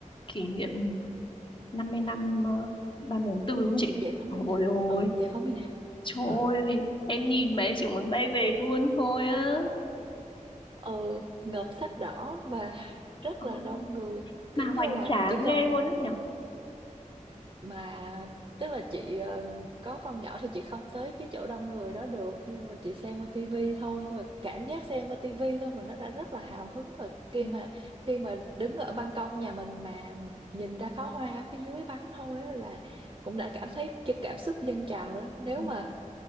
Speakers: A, on the left (about 40°); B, on the right (about 35°).
A: kỷ niệm 50 năm ờ, 30 tháng 4 đúng không chị
B: giải phóng
A: ôi
B: miền Nam
A: ôi
B: ừ giải phóng miền Nam
A: trời
B: ừ
A: ơi em nhìn mà em chỉ muốn bay về luôn thôi á
B: ừ, ngợp sắc đỏ và <laughs> rất
A: Ờ,
B: là đông người
A: mà
B: kiểu như
A: hoành
B: là
A: tráng
B: chỉ cần
A: ghê luôn á nhở
B: mà tức là chị ờ, có con nhỏ thì chị không tới cái chỗ đông người đó được nhưng mà chị xem qua tivi thôi nhưng mà cảm giác xem qua tivi thôi mà nó đã rất là hào hứng và khi
A: Ừ,
B: mà khi mà đứng ở ban công nhà mình mà nhìn ra pháo hoa phía dưới bắn thôi á là cũng đã cảm thấy cái cảm xúc dâng trào đó nếu
A: ừ,
B: mà